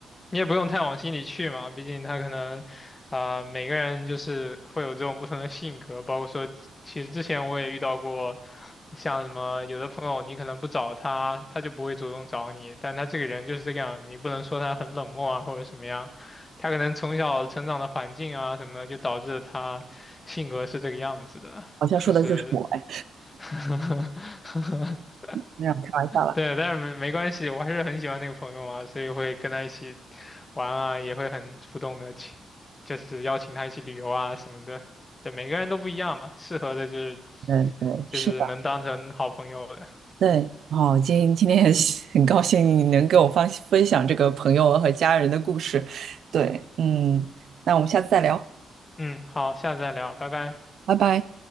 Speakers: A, on the left (about 30°); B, on the right (about 70°).
A: 你也不用太往心里去嘛，毕竟他可能，啊、每个人就是会有这种不同的性格，包括说，其实之前我也遇到过，像什么有的朋友你可能不找他，他就不会主动找你，但他这个人就是这个样，你不能说他很冷漠啊或者什么样，他可能从小成长的环境啊什么的，就导致他性格是这个样子的，
B: 好像说的就是我哎。
A: 确实。<laughs>
B: 没有开玩笑了，
A: 对，但是没没关系，我还是很喜欢那个朋友嘛，所以会跟他一起玩啊，也会很主动的去，就是邀请他一起旅游啊什么的。对，每个人都不一样嘛，适合的就是
B: 嗯，对，
A: 就是能当成好朋友的。
B: 是的，对，哦，今天今天很很高兴你能跟我分分享这个朋友和家人的故事，对，嗯，那我们下次再聊，
A: 嗯，好，下次再聊，拜拜。
B: 拜拜。